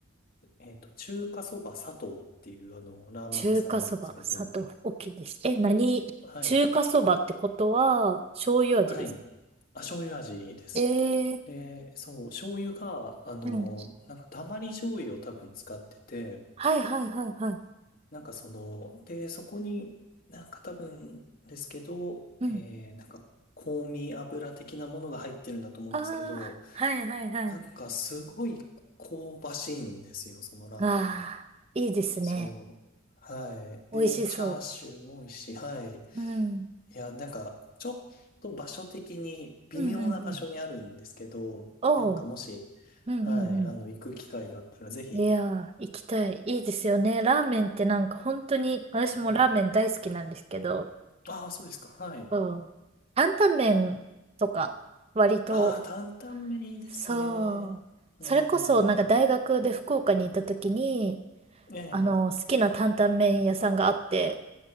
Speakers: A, on the left; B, on the right.
A: えっと、中華そば佐藤っていう、あの、ラーメン屋さんなんですけど、
B: 中華そば、砂糖、大きいです。え、何中華そばってことは、
A: はい、
B: 醤油味ですか
A: はい、あ、醤油味です。
B: ええー、
A: で、そう、醤油が、あの、
B: うん。
A: なんか、たまり醤油を多分使ってて、
B: はいはいはいはい。
A: なんかその、で、そこになんか多分ですけど、
B: うん。
A: えー、なんか香味油的なものが入ってるんだと思うんですけど、
B: ああ、はいはいはい。
A: なんかすごい香ばしいんですよ、そのラーメン。
B: ああ、いいですね。
A: そう。はい。で、
B: 美味しそ
A: チャーシューも美味しい。はい。
B: う。うん。
A: いや、なんかちょっと場所的に微妙な場所にあるんですけど、
B: うんうんうん。おう。
A: なんかもし、
B: うんうんう
A: はい、あの、行く機会があったらぜひ、
B: ん。いやー、行きたい。いいですよね。ラーメンってなんか本当に、私もラーメン大好きなんですけど、
A: はいああ、そうですか。はい。
B: そう。担々麺とか、割と、
A: ああ、担々麺いいですね。
B: そう。
A: うーん。
B: それこそ、なんか大学で福岡に行った時に、
A: ええ。
B: あの、好きな担々麺屋さんがあって、